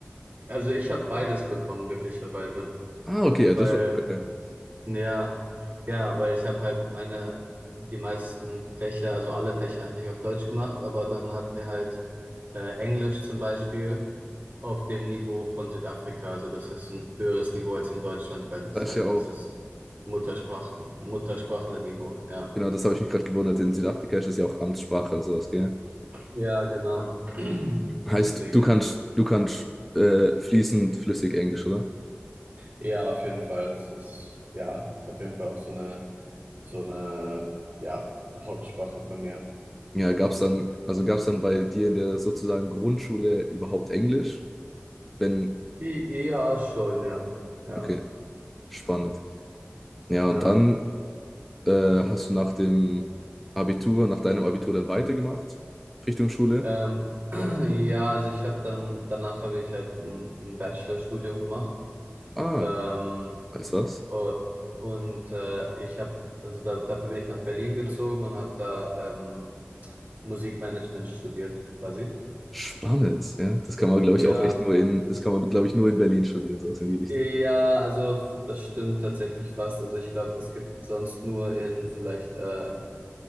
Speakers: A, on the right (about 45°); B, in the centre.
A: Also ich habe beides bekommen, glücklicherweise,
B: Ah, okay, ja, das
A: weil
B: ist auch geil.
A: Ja, ja, weil ich habe halt meine, die meisten Fächer, also alle Fächer eigentlich auf Deutsch gemacht, aber dann hatten wir halt äh, Englisch zum Beispiel auf dem Niveau von Südafrika. Also das ist ein höheres Niveau als in Deutschland, weil das
B: Da ist
A: halt,
B: ja auch,
A: das ist Muttersprach, Muttersprachlerniveau, ja.
B: genau, das habe ich mich gerade gewundert. In Südafrika ist das ja auch Amtssprache und sowas, gell?
A: Ja, genau. <clears throat> Deswegen,
B: Heißt, du kannst, du kannst äh, fließend flüssig Englisch, oder?
A: ja, auf jeden Fall, es ist, ja, ist auf jeden Fall auch so eine, so eine, ja, Hauptsprache von mir.
B: Ja, gab's dann, also gab's dann bei dir in der sozusagen Grundschule überhaupt Englisch? Wenn,
A: I- Ja, schon, ja, ja.
B: okay, spannend. Ja,
A: Ja,
B: und dann äh, hast du nach dem Abitur, nach deinem Abitur dann weitergemacht, Richtung Schule.
A: ähm, <clears throat> ja, also ich habe dann, danach habe ich halt ein, ein Bachelorstudium gemacht.
B: Ah,
A: Ähm,
B: weißt du was?
A: o- und äh, ich habe, also da, dafür bin ich nach Berlin gezogen und habe da ähm, Musikmanagement studiert, quasi.
B: Spannend, ja. Das kann man, glaube
A: Ja,
B: ich, auch echt nur in, das kann man, glaube ich, nur in Berlin studieren, sowas in die Richtung.
A: ja, also das stimmt tatsächlich fast. Also ich glaube, es gibt sonst nur in vielleicht äh,